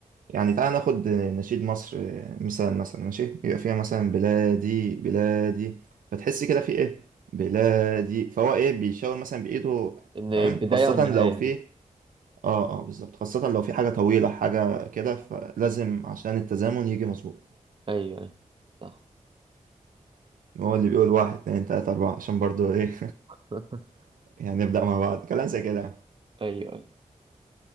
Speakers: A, on the right (about 85°); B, on the right (about 40°).
A: يعني تعال ناخد نشيد مصر مثال مثلا ماشي بيبقى فيها مثلا بلادي بلادي فتحس كده في إيه بلادي فهو إيه بيشاور مثلا بإيده
B: ان البدايه
A: فاهم خاصة
B: والنهايه
A: لو في آه آه بالظبط خاصة لو في حاجة طويلة حاجة كده فلازم عشان التزامن يجي مظبوط
B: ايوه ايوه صح
A: هو اللي بيقول واحد اتنين تلاتة أربعة عشان برضو إيه
B: <laughs>
A: <laughs> يعني نبدأ مع بعض كلام زي كده
B: ايوه ايوه